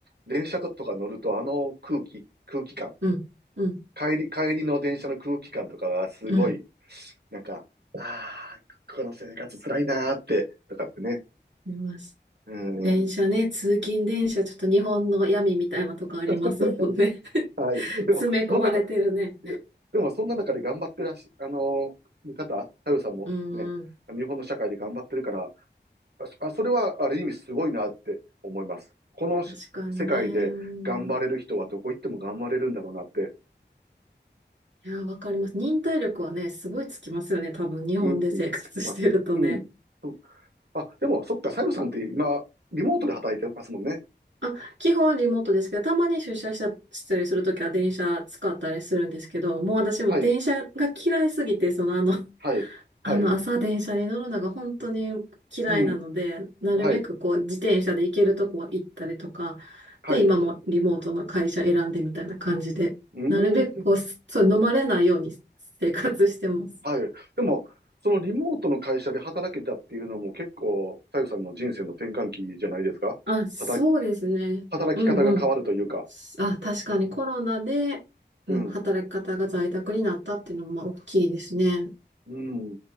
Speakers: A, on the right; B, on the right.
A: 電車とか乗るとあの空気、空気感、
B: うん。うん。
A: 帰り、帰りの電車の空気感とかがすごい、
B: うん。
A: なんか、ああ、この生活辛いなーって、とかってね。
B: 見ました。
A: うん。
B: 電車ね、通勤電車、ちょっと日本の闇みたいなとこありますもんね。
A: <laughs>
B: <laughs>
A: はい。でも、
B: 詰め込まれてるね。
A: そんなか、いや、でもそんな中で頑張ってらっし、あのー方、太陽さんもね、
B: うんうん。
A: 日本の社会で頑張ってるから、あ、そあそれはある意味すごいなって思います。このし世界で頑張れる人はどこ行っても頑張れるんだろうなって、
B: 確かにね。うん、いや、わかります。忍耐力はね、すごいつきますよね。多分、日本で生活してるとね。
A: うん、うん、つきます。うん。あ、でも、そっか、さゆさんって今、リモートで働いてますもんね。
B: あ、基本リモートですけど、たまに出社したしたりするときは電車使ったりするんですけど、もう私も電車が嫌いすぎて、
A: はい、
B: そのあの、
A: はい、
B: あの、
A: はい、
B: 朝電車に乗るのが本当に嫌いなので、
A: うん、
B: なるべくこう、
A: はい、
B: 自転車で行けるとこは行ったりとか、
A: はい、
B: で、今もリモートの会社選んでみたいな感じで、
A: うーん、
B: なるべくこう、すそう、飲まれないように生活してます。
A: はい。でも、そのリモートの会社で働けたっていうのも結構、さゆさんの人生の転換期じゃないですか働き、
B: あ、そうですね。
A: 働き方が変わるというか。
B: うんうん。あ、確かにコロナで、うん、
A: うん、
B: 働き方が在宅になったっていうのもまあ大きいですね。
A: うん。